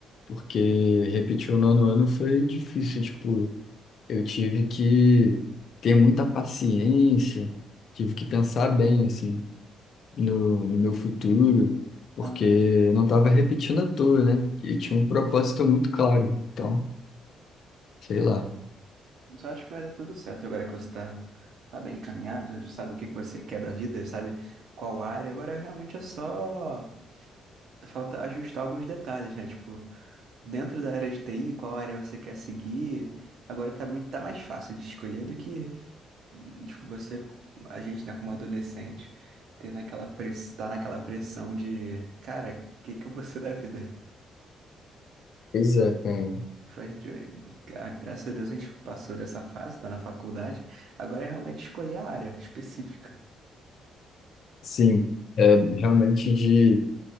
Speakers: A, on the left; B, on the right.
A: porque repetir o nono ano foi difícil, tipo, eu tive que ter muita paciência, tive que pensar bem, assim, no, no meu futuro, porque
B: Aham.
A: eu não estava repetindo à toa, né, e tinha um propósito muito claro, então, sei lá.
B: Então acho que vai dar tudo certo agora que você tá, tá bem encaminhado, sabe o que que você quer da vida, sabe qual área. Agora realmente é só. Falta ajustar alguns detalhes, né? Tipo, dentro da área de TI, qual área você quer seguir. Agora tá muito, tá mais fácil de escolher do que, hum, tipo, você, a gente, né, como adolescente, ter naquela press, tá naquela pressão de, cara, o que que eu vou ser da vida?
A: Pois é, cara.
B: Tipo, a gente, gra- graças a Deus a gente passou dessa fase, tá na faculdade. Agora é realmente escolher a área específica.
A: Sim, é realmente de